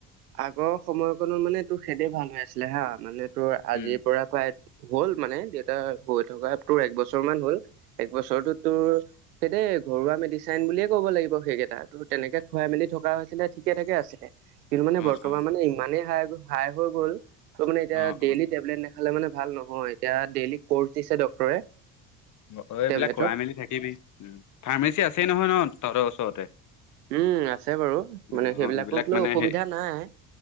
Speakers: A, on the right (about 85°); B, on the left (about 40°).
A: আগৰ সময়কণত মানে তোৰ সেইদে ভাল হৈ আছিলে হা মানে তোৰ আজিৰ
B: উম
A: পৰা প্ৰায় হ'ল মানে দেউতা হৈ থকা তোৰ এক বছৰ মান হ'ল। এক বছৰটো তোৰ, সেই দেই ঘৰুৱা আমি ডিচাইন বুলিয়ে ক'ব লাগিব। সেইকেইটা, তোৰ তেনেকে খুৱাই মেলি থকা হৈছিলে ঠিকে থাকে আছিলে। কিন্তু মানে
B: অ
A: বৰ্তমান
B: অ
A: মানে ইমানেই হাই হাই হৈ গ'ল ত' মানে এতিয়া
B: অ
A: ডেইলি
B: অ
A: টেবলেট না খালে মানে ভাল নহয় এতিয়া ডেইলি কৰ্চ দিছে ডক্তৰে।
B: অ', এইবিলাক
A: টেবলেটৰ
B: কৰাই মেলি থাকিবি, ফাৰ্মাচী আছেই নহয় ন তহতঁ‌ৰ ওচৰতে।
A: উম আছে বাৰু,
B: অ
A: মানে সেইবিলাকক
B: অ এইবিলাক মানে
A: লৈ অসুবিধা
B: সেই
A: নাই।